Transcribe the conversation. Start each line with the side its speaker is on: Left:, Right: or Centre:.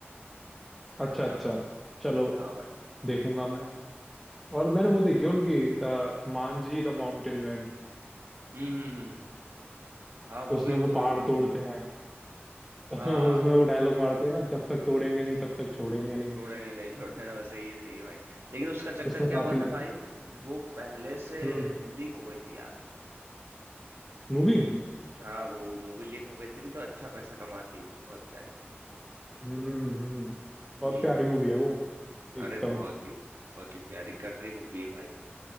Centre: अच्छा अच्छा चलो
Right: हाँ भाई
Centre: देखूंगा मैं और मैंने वो देखी है उनकी अ, मांझी द माउंटेन मैन
Right: हम्म हम्म हम्म। हाँ वो
Centre: उसमें
Right: भी वो
Centre: वो
Right: भी
Centre: पहाड़ तोड़ते हैं <laughs>
Right: हाँ
Centre: उसमें
Right: हाँ, हाँ,
Centre: वो
Right: हाँ।
Centre: डायलॉग मारते हैं ना जब तक तोड़ेंगे नहीं तब तक छोड़ेंगे नहीं
Right: छोड़ेंगे नहीं छोड़ेंगे वो सही है सही है भाई लेकिन उसका चक्कर
Centre: उसमें
Right: क्या
Centre: काफी
Right: हुआ था भाई वो पहले से
Centre: हम्म
Right: लीक हो गई थी यार
Centre: मूवी
Right: हाँ वो मूवी लीक हो गई थी न, तो अच्छा पैसा कमाती है बहुत प्यारी
Centre: हम्म हम्म
Right: हम्म
Centre: बहुत प्यारी मूवी है वो एकदम
Right: अरे बहुत ही बहुत ही प्यारी कर रही मूवी है भाई